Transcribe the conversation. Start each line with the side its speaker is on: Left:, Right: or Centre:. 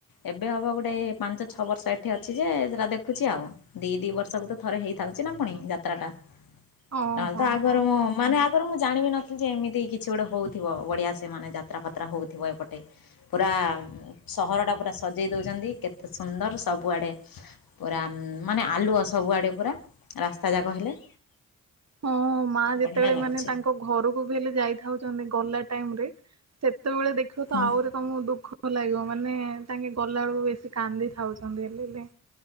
Left: ଏବେ ହେବ ଗୋଟେ ପାଞ୍ଚ ଛଅ ବର୍ଷ ଏଠି ଅଛି ଯେ ସେଟା ଦେଖୁଛି ଆଉ। ଦି ଦି ବର୍ଷକୁ ତ ଥରେ ହେଇଥାଉଛି ନା ପୁଣି ଯାତ୍ରା ଟା
Right: ଓ
Left: ନହେଲେ
Right: ହଁ
Left: ତ ଆଗରୁ
Right: ହଁ।
Left: ମୁଁ। ମାନେ ଆଗରୁ ମୁଁ ଜାଣିବି ନଥିଲି ଯେ ଏମିତି କିଛି ଗୋଟେ ହଉଥିବ ବଢିଆ ସେ ମାନେ ଯାତ୍ରା ପାତ୍ରା ହଉଥିବ ଏପଟେ। ପୁରା ସହରଟା ପୁରା ସଜେଇ ଦେଉଛନ୍ତି କେତେ ସୁନ୍ଦର ସବୁଆଡ଼େ। ପୁରା ମାନେ ଆଲୁଅ ସବୁଆଡ଼େ ପୁରା ରାସ୍ତା ଯାକ ହେଲେ।
Right: ହଁ ମା ଯେତେବେଳେ
Left: ବଢ଼ିଆ ଲାଗୁଛି
Right: ମାନେ ତାଙ୍କ ଘରକୁ ବି ହେଲେ ଯାଇଥାଉଛନ୍ତି ଗଲା ଟାଇମ ରେ। ସେତେବେଳେ ଦେଖିବ ତ
Left: ହୁଁ
Right: ଆହୁରି ତମକୁ ଦୁଃଖ ଲାଗିବ ମାନେ ତାଙ୍କେ ଗଲା ବେଳକୁ ବେଶୀ କାନ୍ଦି ଥାଉଛନ୍ତି ହେଲେ ହେଲେ।